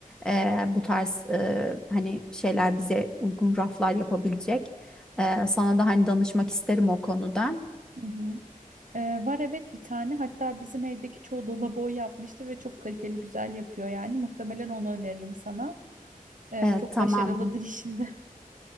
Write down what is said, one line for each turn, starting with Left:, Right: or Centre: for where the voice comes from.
Centre: eee, bu tarz eee, hani şeyler bize uygun raflar yapabilecek. Ee, sana da hani danışmak isterim o konuda.
Right: Hı hı. Ee, var evet bir tane hatta bizim evdeki çoğu dolabı o yapmıştır ve çok kaliteli güzel yapıyor yani muhtemelen onu öneririm sana. Ee,
Centre: Ee,
Right: çok
Centre: tamam,
Right: başarılıdır işinde. <laughs>